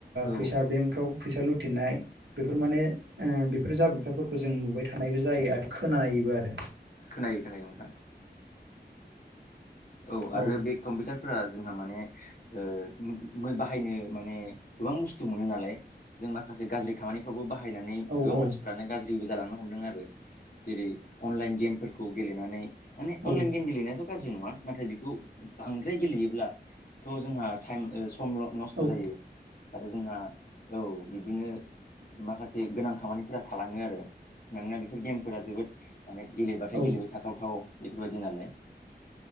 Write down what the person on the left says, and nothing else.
औ
खोनायो खोनायो नों नोंथां औव, आरो
बे कम्पिउटारफोरा जोंहा माने- ओ, बाहायनो माने- गोबां बुस्थु मोनो नालाय, जों माखासे गाज्रि खामानिफ्रावबो बाहायनानै
गोबां
मानसि फोरानो गाज्रिबो जालांनो हमदों आरो। जेरै - अनलाइन गेमफोरखौ गेलेनानै माने- अनलाइन
गेम गेलेनायाथ' गाज्रि नङा? नाथाय बेखौ, बांद्राय गेलेयोब्लाथ' जोंहा ताइम, समल नस्थ'
जायो। आरो जोंहा, औव बिदिनो माखासे गोनां खामानिफोरा थालाङो आरो। मानोना बेफोर गेमफोरा जोबोद माने गेलेबाथाय
गेलेबाय थाथावथाव बेफोरबायदि नालाय।